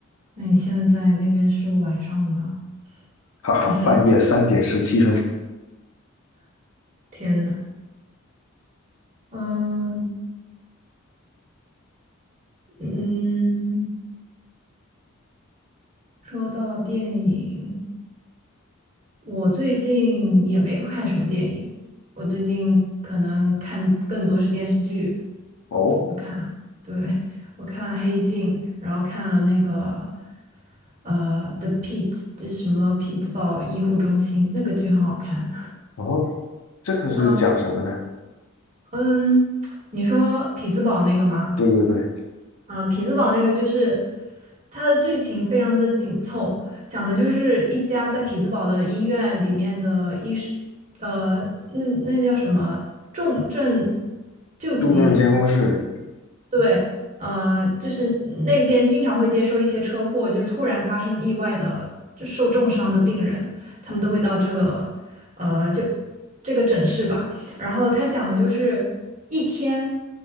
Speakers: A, on the right; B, on the left.
A: 那你现在那边是晚上吗？
B: 哈哈，
A: 还是
B: 半夜三点十七分。
A: 天呐，嗯嗯，说到电影，我最近也没有看什么电影，我最近可能看更多是电视剧。
B: 哦
A: 我看，对，我看了《黑镜》，然后看了那个呃《The p i t 这是什么匹兹堡医护中心，那个剧很好看。
B: 哦，这个是讲什么呢？
A: 嗯嗯，你说匹兹堡那个吗？
B: 对对对，
A: 啊，匹兹堡那个就是它的剧情非常的紧凑，讲的就是一家在匹兹堡的医院里面的医师，呃，那那叫什么重症救急，
B: 重症监控室，
A: 对，呃，就是那边经常会接受一些车祸，就是突然发生意外的就受重伤的病人，他们都会到这个呃就这个诊室吧。然后他讲的就是一天，